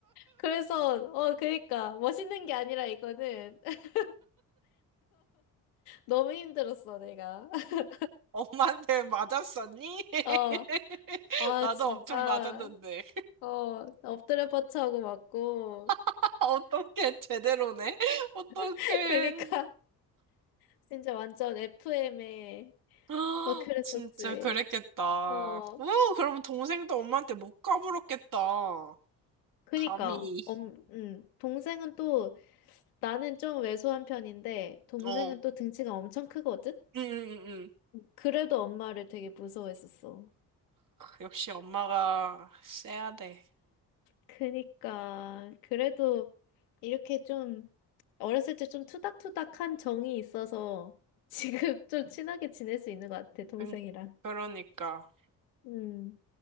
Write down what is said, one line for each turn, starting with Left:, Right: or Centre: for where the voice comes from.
Left: 그래서, 어, 그니까, 멋있는 게 아니라 이거는 <laughs> 너무 힘들었어, 내가. <laughs>
Right: 엄마한테 맞았었니? <laughs>
Left: 어, 아,
Right: 나도
Left: 진짜,
Right: 엄청 맞았는데.
Left: 어, 엎드려 뻗쳐하고 맞고.
Right: <laughs> 어떻게 제대로네? <laughs> 어떻게?
Left: <laughs> 그니까, 진짜 완전 FM에,
Right: 아,
Left: 막 그랬었지.
Right: 진짜 그랬겠다.
Left: 어,
Right: 우, 그럼 동생도 엄마한테 못 까불었겠다.
Left: 그니까,
Right: 감히.
Left: 엄, 음, 동생은 또 나는 좀 왜소한 편인데 동생은
Right: 어.
Left: 또 등치가 엄청 크거든?
Right: 응, 응, 응. 응.
Left: 그래도 엄마를 되게 무서워했었어.
Right: 역시 엄마가 세야 돼.
Left: 그니까 그래도 이렇게 좀 어렸을 때 좀 투닥투닥한 정이 있어서 지금 <laughs> 좀 친하게 지낼 수 있는 것 같아, 동생이랑.
Right: 응, 그러니까.
Left: 음.